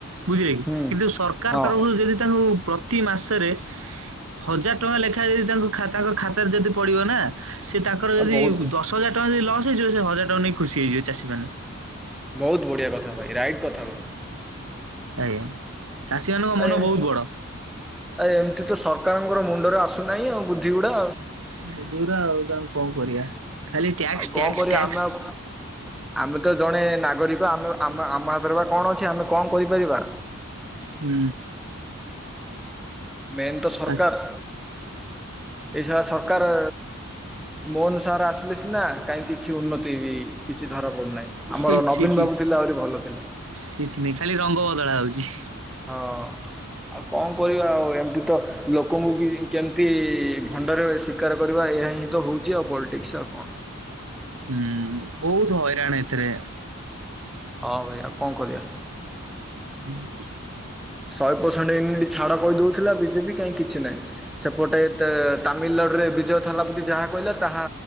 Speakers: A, on the right; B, in the centre.
A: ବୁଝିଲେ କି
B: ହୁଁ
A: କିନ୍ତୁ ସରକାର
B: ହଁ
A: ତରଫରୁ ଯଦି ତାଙ୍କୁ ପ୍ରତି ମାସରେ ହଜାର ଟଙ୍କା ଲେଖାଏ ଯଦି ତାଙ୍କୁ ଖାତା କୁ ଖାତାରେ ଯଦି ପଡ଼ିବ ନା ସେ ତାଙ୍କର ଯଦି
B: ବହୁତ
A: ଦଶ ହଜାର ଟଙ୍କା ଯଦି ଲସ୍ ହେଇଯିବ ସେ ହଜାର ଟଙ୍କା ନେଇକି ଖୁସି ହେଇଯିବ ଚାଷୀ ମାନେ
B: ବହୁତ ବଢ଼ିଆ କଥା ଭାଇ ରାଇଟ୍ କଥା କ
A: ଆଜ୍ଞା ଚାଷୀ ମାନଙ୍କ
B: ଆ
A: ମନ
B: ଏମତି
A: ବହୁତ ବଡ
B: ଆ ଏମିତି ତ ସରକାରଙ୍କର ମୁଣ୍ଡରେ ଆସୁନାହିଁ ଆଉ ବୁଦ୍ଧିଗୁଡ଼ା
A: <unintelligible> କଣ କଣ କରିବା ଖାଲି ଟ୍ୟାକ୍ସ
B: ଆଉ
A: ଟ୍ୟାକ୍ସ
B: କଣ କରିବା
A: ଟ୍ୟାକ୍ସ
B: ଆମେ ଆଉ ଆମେ ତ ଜଣେ ନାଗରିକ ଆମେ ଆମ ଆମ ହାତରେ ବା କଣ ଅଛି ଆମେ କଣ କରିପାରିବା?
A: ହୁଁ
B: ମେନ୍ ତ ସରକାର
A: ଆ
B: ଏଇସାରା ସରକାର ମୋହନ ସାର ଆସିଲେ ସିନା କାହିଁ କିଛି ଉନ୍ନତି ବି କିଛି ଧରା ପଡ଼ୁନାହିଁ
A: କିଛି
B: ଆମର ନବୀନ
A: କିଛି
B: ବାବୁ ଥିଲେ ଆହୁରି ଭଲ ଥିଲେ
A: କିଛି ନାହିଁ ଖାଲି ରଙ୍ଗ ବଦଳା ହଉଛି
B: ହଁ ଆଉ କଣ କରିବା ଆଉ ଏମିତି ତ ଲୋକଙ୍କୁ ବି କେମିତି ଭଣ୍ଡରେ ବେଶି ତ୍କାର କରିବା ଏହା ହିଁ ତ ହେଉଛି ଆଉ ପଲିଟିକ୍ସ ଆଉ କଣ
A: ହୁଁ ବହୁତ ହଇରାଣ ଏଥିରେ
B: ହଁ ଭାଇ ଆଉ କଣ କରିବା।
A: ହୁଁ <unintelligible>
B: ଶହେ ପରସେଣ୍ଟ ଏମ୍ଟି ଛାଡ଼ କହିଦଉଥିଲା ବିଜେପି କାହିଁ କିଛି ନାହିଁ ସେପଟେ କେ ତାମିଲନାଡୁରେ ବିଜୟ ଥାଲାପତି ଯାହା କହିଲା ତାହା